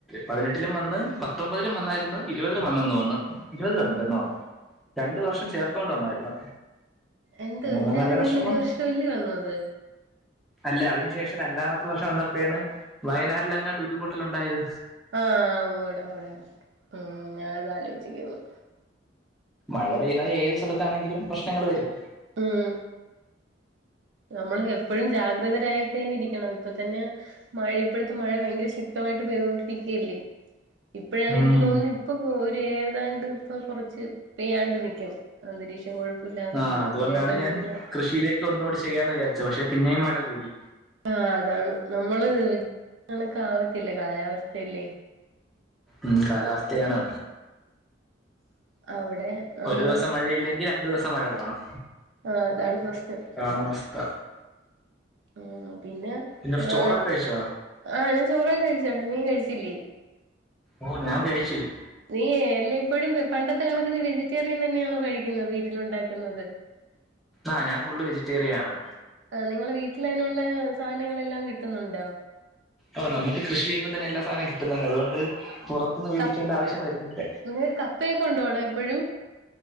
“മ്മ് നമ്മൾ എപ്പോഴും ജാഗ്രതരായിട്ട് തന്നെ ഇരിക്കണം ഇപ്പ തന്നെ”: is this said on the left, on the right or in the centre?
Right